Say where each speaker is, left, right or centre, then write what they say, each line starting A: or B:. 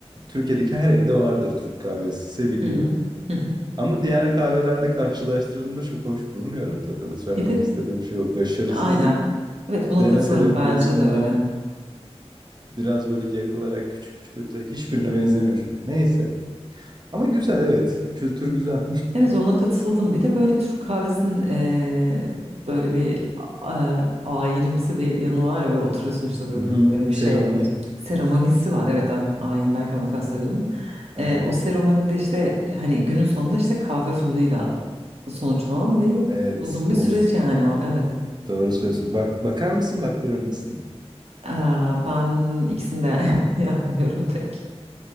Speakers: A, on the right; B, on the right.
A: Türkiye'deki her evde vardır Türk kahvesi seviliyor.
B: Hı hı. Hı hı.
A: Ama diğer kahvelerle karşılaştırdığımda çok hoş bulmuyorum tadını. Söylemek
B: Bir de
A: istediğim şey o. Başarısız
B: aynen. Evet buna
A: deme
B: katılırım
A: sebebim
B: bence
A: aslında
B: de öyle.
A: biraz böyle yakılarak küçük küçük öte hiçbirine benzemiyor çünkü. Neyse. Ama güzel
B: Evet
A: evet. Kültür güzel.
B: evet, ona katıldım. Bir de böyle Türk kahvesinin eee, böyle bir a- e, ayinimsi bir yanı var ya böyle oturuyorsun
A: <laughs>
B: işte böyle,
A: Hı hı.
B: bir- böyle bir
A: Seremoni.
B: şey yapıyorsun. Seremonisi var evet ha, ayin derken onu kastediyordum.
A: Aha.
B: Eee, o seremonide işte hani günün sonunda işte kahve falıyla sonuçlanan bir
A: Evet.
B: uzun bir
A: Of.
B: süreç yani o evet.
A: Doğru söylüyorsun. Bak, bakar mısın baktırır mısın?
B: Aa, ben ikisini de <laughs> yapmıyorum pek.